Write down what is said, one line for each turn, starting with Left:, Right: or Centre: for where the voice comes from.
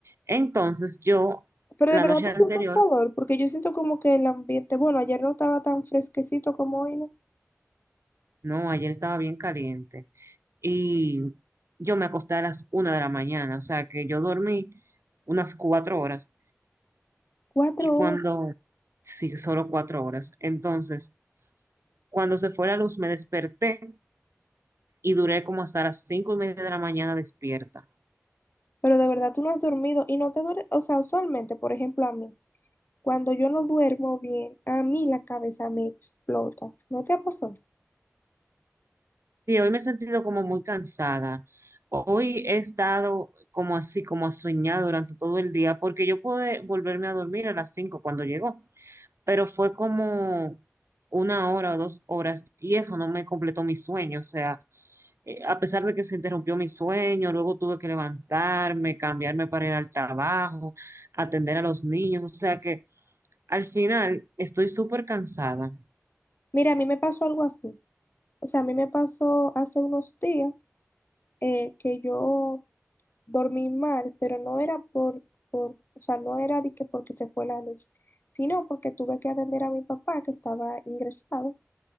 Right: Entonces yo,
Left: Pero
Right: la
Left: de verdad
Right: noche
Left: tú
Right: anterior,
Left: sientes calor, porque yo siento como que el ambiente, bueno, ayer no estaba tan fresquecito como hoy, ¿no?
Right: no, ayer estaba bien caliente y yo me acosté a las una de la mañana, o sea que yo dormí unas cuatro horas
Left: Cuatro
Right: y
Left: horas.
Right: cuando, sí, solo cuatro horas. Entonces, cuando se fue la luz me desperté y duré como hasta las cinco y media de la mañana despierta.
Left: Pero de verdad tú no has dormido y no te duele, o sea, usualmente, por ejemplo, a mí, cuando yo no duermo bien, a mí la cabeza me explota. ¿No te pasó?
Right: Sí, hoy me he sentido como muy cansada. Hoy he estado como así, como soñada durante todo el día, porque yo pude volverme a dormir a las 5 cuando llegó, pero fue como una hora o dos horas y eso no me completó mi sueño. O sea, eh, a pesar de que se interrumpió mi sueño, luego tuve que levantarme, cambiarme para ir al trabajo, atender a los niños. O sea que al final estoy súper cansada.
Left: Mira, a mí me pasó algo así. O sea, a mí me pasó hace unos días eh, que yo dormí mal, pero no era por, por, o sea, no era de que porque se fue la luz, sino porque tuve que atender a mi papá que estaba ingresado